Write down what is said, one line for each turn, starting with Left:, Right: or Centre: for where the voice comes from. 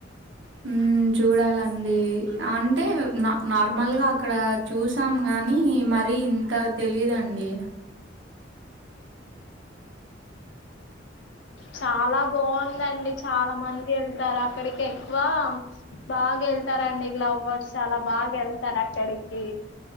Right: మ్ చూడాలండి అంటే నార్మల్గా అక్కడ చూసాం గాని మరి ఇంత తెలిదండి
Left: చాలా బావుందండి చాలా మంది వెళ్తారు అక్కడికి ఎక్కువ బాగా వెళ్తారండి లవ్ బర్డ్స్ చాలా బాగా వెళ్తారు అక్కడికి